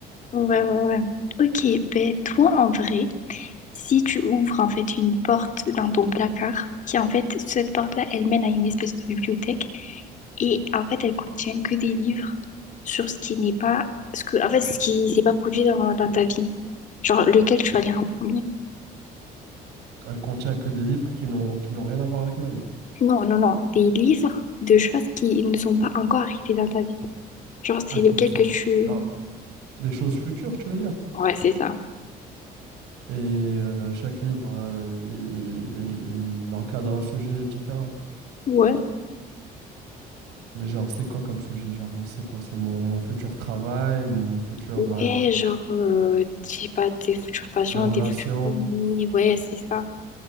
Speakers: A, on the left; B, on the right.
A: Ouais ouais ouais. Ok, ben toi en vrai. Si tu ouvres en fait une porte dans ton placard, qui en fait, cette porte-là, elle mène à une espèce de bibliothèque et en fait, elle contient que des livres sur ce qui n'est pas, ce que, en fait, ce qui s'est pas produit dans, dans ta vie. Genre, lequel tu vas lire en premier?
B: Elle contient que des livres qui n'ont, qui n'ont rien à voir avec ma vie.
A: Non, non, non, des livres de choses qui ne sont pas encore arrivées dans ta vie. Genre, c'est
B: Ah,
A: lequel
B: qui ne sont,
A: que tu...
B: genre, des choses futures, tu veux dire.
A: Ouais, c'est ça.
B: Et euh, chaque livre, euh, il, il- il encadre un sujet différent.
A: Ouais.
B: Mais genre, c'est quoi comme sujet? Genre, c'est quoi? C'est mon, mon futur travail, mon futur,
A: Ouais,
B: euh,
A: genre, euh, je sais pas, tes futurs patients,
B: mes relations.
A: tes futurs amis, ouais, c'est ça.